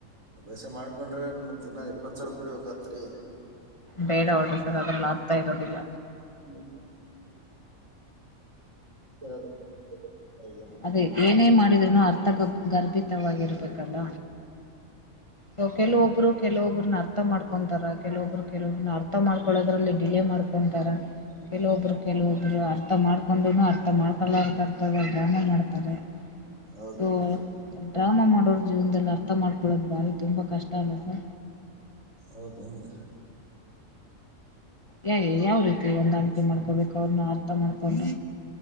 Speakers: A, on the right; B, on the left.
A: ಅಭ್ಯಾಸ ಮಾಡ್ಕೊಂಡ್ರೆ ನಮ ದಿನ ಇಪ್ಪತ್ ಸಲ್ ಕುಡಿಬೇಕತ್ರಿ
B: ಬೇಡ ಹೌಡ್ರಿ ಸರ್ ಅದ್ರಲ್ಲಿ ಅರ್ಥ ಇರೋದಿಲ್ಲ
A: <inaudible> <unintelligible> ಏನ,
B: ಅದೇ ಏನೇ ಮಾಡಿದ್ರೂನ ಅರ್ಥಗ ಗರ್ಭಿತವಾಗಿರ್ಬೇಕಲ್ಲ ಸೊ ಕೆಲವೊಬ್ರು ಕೆಲವೊಬ್ಬ್ರನ್ನ ಅರ್ಥ ಮಾಡ್ಕೊಂತಾರ ಕೆಲವೊಬ್ರು ಕೆಲವೊಬ್ನ್ನ ಅರ್ಥ ಮಾಡ್ಕೊದ್ರಲ್ಲಿ ಡಿಲೇ ಮಾಡ್ಕೊತಾರೆ ಕೆಲವೊಬ್ರು ಕೆಲವೊಬ್ರು ಅರ್ಥ ಮಾಡ್ಕೊಂಡು ಅರ್ಥ ಮಾಡ್ಕೊಲ ಅಂತಾರ ಡ್ರಾಮಾ ಮಾಡ್ತಾರೆ
A: ಹೌದೇನ್ರಿ
B: <inaudible> ಸೋ ಡ್ರಾಮಾ ಮಾಡೋರ್ ಜೀವನದಲ್ಲಿ ಅರ್ಥ ಮಾಡ್ಕೊಳ್ಳೋದು ಬಾರಿ ತುಂಬಾ ಕಷ್ಟ ಆಗುತ್ತೆ.
A: ಹೌದನ್ರಿ
B: ಯ ಯಾವ ರೀತಿ ಹೊಂದಾಣಿಕೆ ಮಾಡ್ಕೋಬೇಕು ಅವ್ರನ್ನ ಅರ್ಥ ಮಾಡ್ಕೊಂಡು